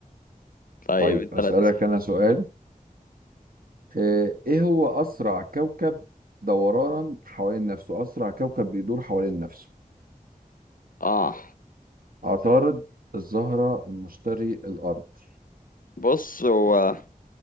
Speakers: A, on the left (about 70°); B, on the right (about 80°).
A: طيب
B: طيب
A: انت
B: أسألك
A: لا تسال
B: أنا سؤال آه، ايه هو اسرع كوكب دورانا حوالين نفسه اسرع كوكب بيدور حوالين نفسه
A: اه
B: عطارد الزهرة المشتري الارض
A: بص هو